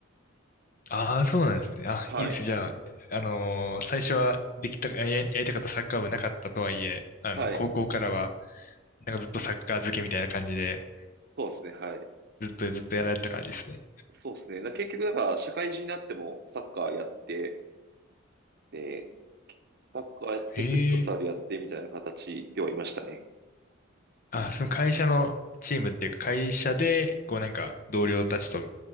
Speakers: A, on the left; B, on the right.
A: ああ、そうなんですね。あ、
B: はい。
A: いいですね。じゃあ、あのー最初はできた、や、やりたかったサッカー部なかったとはいえ、あの、
B: はい。
A: 高校からは、なんかずっとサッカー漬けみたいな感じで、
B: そうですね。はい。
A: ずっとずっとやられてた感じですね。
B: そうですね。な、結局、だから、社会人になってもサッカーやって、で、サッカーやって、
A: あ、
B: フットサルやってみたいな形ではいましたね。
A: ええあ、その会社のチームっていうか、会社で、こうなんか同僚たちと